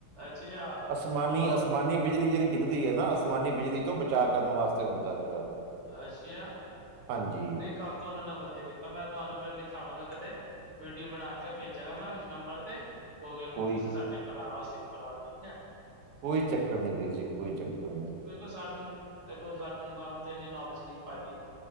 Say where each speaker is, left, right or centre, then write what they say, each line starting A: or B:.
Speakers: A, on the right; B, on the right.
A: ਅੱਛਾ
B: ਅਸਮਾਨੀ
A: ਆਹ
B: ਅਸਮਾਨ ਅਸਮਾਨੀ ਬਿਜਲੀ ਜਿਹੜੀ ਡਿੱਗਦੀ ਐ ਨਾ ਅਸਮਾਨੀ ਬਿਜਲੀ ਤੋਂ ਬਚਾਅ ਕਰਨ ਵਾਸਤੇ ਹੁੰਦਾ ਹੈਗਾ ਉਹ
A: ਅੱਛਿਆ,
B: ਹਾਂਜੀ
A: ਨਹੀਂ ਕੰਮ ਤਾਂ ਉਹਨਾਂ ਨੇ ਵਧੀਆ ਕੀਤਾ ਮੈਂ ਤੁਹਾਨੂੰ ਦਿਖਾਵਾਂਗਾ ਕਦੇ। ਵੀਡੀਓ ਬਣਾ ਕੇ ਭੇਜਾਂਗਾ ਮੈਂ ਇਸ ਨੰਬਰ ਤੇ, ਕੋਈ ਗੱਲ ਨੀ
B: ਕੋਈ
A: ਤੁਸੀਂ ਸਾਡੇ ਪਰਾਵਾਸ ਇੱਕ ਪਰਾਵਾ ਠੀਕ ਐ।
B: ਕੋਈ ਚੱਕਰ ਨੀ ਵੀਰ ਜੀ, ਕੋਈ ਚੱਕਰ ਨੀ।
A: ਦੇਖੋ ਸਾਨੂੰ, ਦੇਖੋ ਸਾਨੂੰ ਤੇ ਇੰਨੀ ਨੌਲੇਜ ਨੀ ਪਾਜੀ।